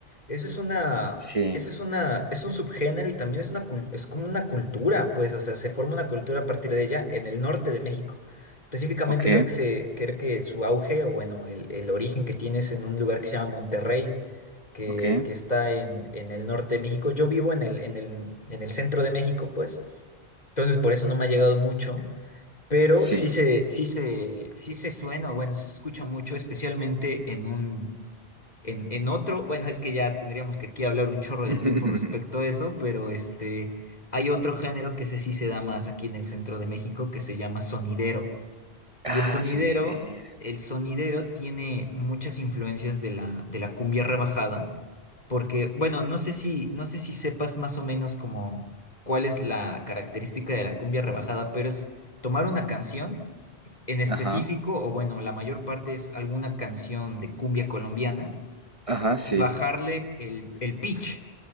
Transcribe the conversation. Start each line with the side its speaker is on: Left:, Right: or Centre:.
Left: eso es una,
Right: Sí.
Left: eso es una, es un subgénero y también es una, cul- es como una cultura, pues, o sea, se forma una cultura a partir de ella en el norte de México. Específicamente
Right: Ok,
Left: creo que se, creo que su auge, o bueno, el, el origen que tiene es en un lugar que se llama Monterrey, que,
Right: ok.
Left: que está en, en el norte de México. Yo vivo en el, en el, en el centro de México, pues. Entonces por eso no me ha llegado mucho. Pero
Right: Sí.
Left: sí se, sí se, sí se suena, o bueno, sí se escucha mucho, especialmente en un, en, en otro. Bueno, es que ya tendríamos que aquí hablar un chorro
Right: <laughs>
Left: de tiempo respecto a eso, pero este, hay otro género que ese sí se da más aquí en el centro de México que se llama sonidero.
Right: Ah,
Left: Y el sonidero,
Right: sonidera.
Left: el sonidero tiene muchas influencias de la, de la cumbia rebajada, porque, bueno, no sé si, no sé si sepas más o menos como cuál es la característica de la cumbia rebajada, pero es tomar una canción en específico,
Right: Ajá.
Left: o bueno, la mayor parte es alguna canción de cumbia colombiana,
Right: Ajá, sí.
Left: y bajarle el, el pitch.